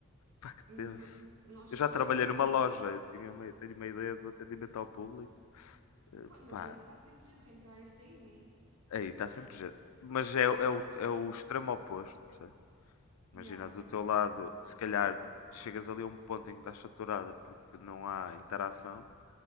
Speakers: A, on the left; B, on the right.
A: Pá, que
B: Ainda
A: tenso.
B: por cima, nós
A: Eu já
B: senhoras
A: trabalhei numa
B: tínhamos
A: loja. Eu tinha uma, tenho uma ideia do atendimento ao público. Eh,
B: Pá, mas
A: Pá,
B: aí está sempre gente a entrar e a sair, né?
A: aí está sempre gente. Mas é,
B: Ah,
A: o- é, o, é o extremo oposto, percebes? Imagina,
B: yeah,
A: do
B: é
A: teu
B: verdade.
A: lado, se calhar chegas ali a um ponto em que estás saturada porque não há interação.